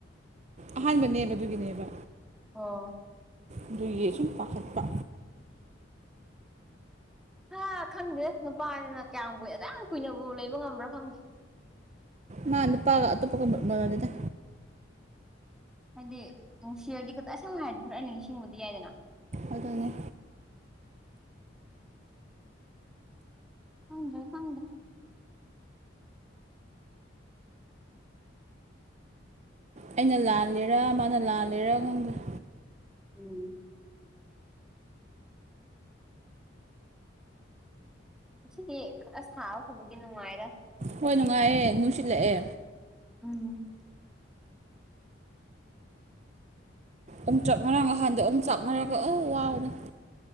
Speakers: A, on the right; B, in the centre.
A: ꯑꯍꯥꯟꯕꯅꯦꯕ ꯑꯗꯨꯒꯤꯅꯦꯕ
B: ꯑꯣ
A: ꯑꯗꯨ ꯌꯦ ꯁꯨꯝ ꯄꯥꯈꯠꯄ
B: ꯍꯥ ꯈꯪꯗꯦ ꯑꯁ ꯅꯨꯄꯥꯅꯤꯅ ꯀꯌꯥꯝ ꯀꯨꯏ ꯌꯥꯝ ꯀꯨꯏꯅꯕꯨ ꯂꯩꯕ ꯉꯝꯕ꯭ꯔꯥ ꯈꯪꯗꯦ
A: ꯃꯥ ꯅꯨ ꯄꯥ ꯑꯠꯇ ꯄꯗꯤꯗ
B: ꯍꯥꯏꯗꯤ ꯅꯨꯡꯁꯤꯔꯗꯤ ꯈꯛꯇ ꯑꯁꯦꯡꯕ ꯍꯥꯏꯔꯗꯤ ꯈꯔ ꯅꯤꯡꯁꯤꯡꯕꯗꯤ ꯌꯥꯏꯗꯅ
A: ꯑꯗꯨꯅꯦ
B: ꯍꯪꯖ ꯊꯪꯗꯦ
A: ꯑꯩꯅ ꯂꯥꯂꯦꯔꯥ ꯃꯥꯅ ꯂꯥꯜꯂꯦꯔꯥ ꯈꯪꯗ꯭ꯔꯦ
B: ꯎꯝ ꯑꯁꯤꯗꯤ ꯈꯔ ꯁꯥꯥꯕ ꯐꯕꯒꯤ ꯅꯨꯡꯉꯥꯏꯔ
A: ꯍꯣꯏ ꯅꯨꯡꯉꯥꯏꯑꯦ ꯅꯨꯡꯁꯤꯠꯂꯛꯑꯦ
B: ꯎꯝ
A: ꯑꯝ ꯆꯞ ꯃꯔ ꯉꯍꯥꯟꯗꯣ ꯑꯝ ꯆꯞ ꯃꯔꯒ ꯑ ꯋꯥꯅꯦ